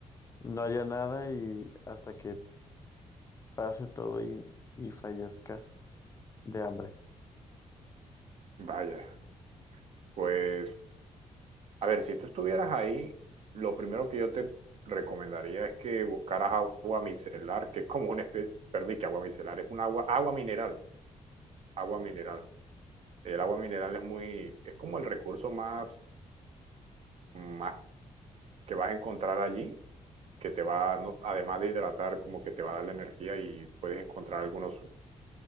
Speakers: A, on the left (about 25°); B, on the right (about 55°).
A: no haya nada y hasta que pase todo y, y fallezca de hambre.
B: vaya. Pues, a ver, si tú estuvieras ahí, lo primero que yo te recomendaría es que buscaras agua micelar, que es como una especie, perdí que agua micelar, es un agua, agua mineral, agua mineral. El agua mineral es muy, es como el recurso más, más que vas a encontrar allí que te va, no- además de hidratar, como que te va a dar la energía y puedes encontrar algunos